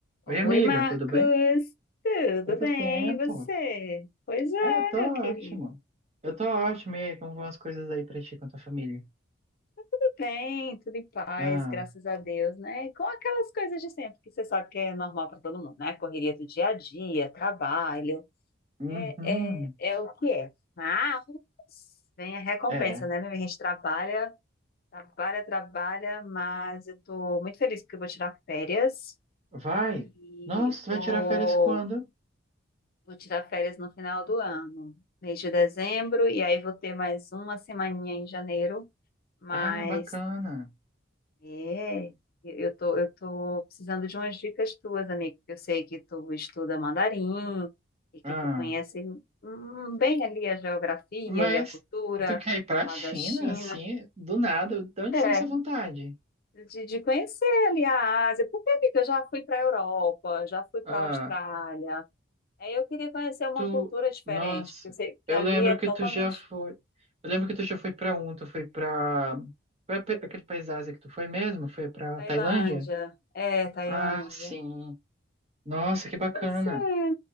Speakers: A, on the right; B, on the left.
A: Oi,
B: Oi,
A: amiga,
B: Marcos.
A: tudo bem?
B: Tudo
A: Quanto
B: bem,
A: tempo?
B: e você? Pois é,
A: Ah, eu tô
B: meu querido.
A: ótimo. Eu tô ótimo. E aí, como vão as coisas aí pra ti com a tua família?
B: Tudo bem, tudo em paz,
A: Ah,
B: graças a Deus, né? E Com aquelas coisas de sempre, que você sabe que é normal para todo mundo, né? Correria do dia a dia, trabalho,
A: uhum.
B: é, é, é o que é. Mas vem a recompensa,
A: É,
B: né? meu? A gente trabalha, trabalha, trabalha, mas eu tô muito feliz porque eu vou tirar férias
A: vai.
B: e
A: Nossa, tu vai
B: vou.
A: tirar férias quando?
B: Vou tirar férias no final do ano, mês de dezembro, e aí vou ter mais uma semaninha em janeiro, mas
A: Ah, bacana.
B: é, eu eu tô, eu tô precisando de umas dicas tuas, amigo, porque eu sei que tu estuda mandarim e que
A: Ah,
B: tu conhece hum, bem ali a geografia
A: mas
B: e a cultura
A: tu quer ir pra
B: lá
A: China,
B: da China.
A: assim, do nada? De onde
B: É,
A: saiu essa vontade?
B: de, de conhecer ali a Ásia, porque, amiga, eu já fui para a Europa, já fui para
A: Ah,
B: a Austrália, É, eu queria conhecer uma
A: Tu,
B: cultura diferente,
A: nossa,
B: porque eu sei que
A: eu
B: ali
A: lembro
B: é
A: que
B: totalmente
A: tu já foi. Eu lembro que tu já foi pra um, tu foi pra. Foi ape- aquele país da Ásia que tu foi mesmo? Foi pra
B: Tailândia.
A: Tailândia?
B: É, Tailândia.
A: Ah, sim. Nossa, que bacana.
B: Pois é.